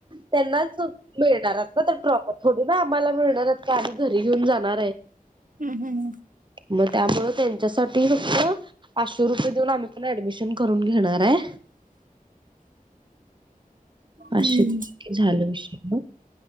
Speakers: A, on the right; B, on the right.
A: त्यांनाच मिळणार आहे. प्रॉपर थोडी ना आम्हाला मिळणार आहेत का आम्ही घरी घेऊन जाणार आहे.
B: हम्म हम्म
A: मग त्यामुळ त्यांच्यासाठी फक्त पाचशे रुपये देऊन आम्ही पण ऍडमिशन करून घेणार आहे. आशी
B: हम्म.
A: झाला विषय